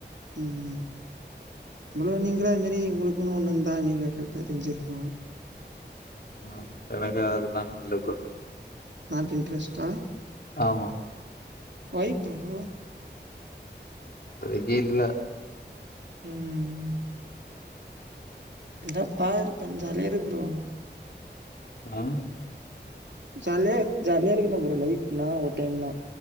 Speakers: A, on the right; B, on the left.
A: ம் ப்ரோ நீங்கூட அது மாரி உங்குளுக்குன்னு ஒண்ணு இந்தா நீங்க கரெக்டா தெஞ்சிருக்கு
B: ம் எனக்கு அதெல்லாங் இல்ல ப்ரோ
A: நாட் இன்ட்ரெஸ்டா
B: ஆமா
A: ஒய் ப்ரோ
B: அதுக்கே இல்ல
A: ம் எத்னா பாரு பஞ் ஜாலியா இரு ப்ரோ
B: ஆ
A: ஜாலியா ஜாலியா இருக்கனு ப்ரோ லைஃப்னா ஒரு டைம் தா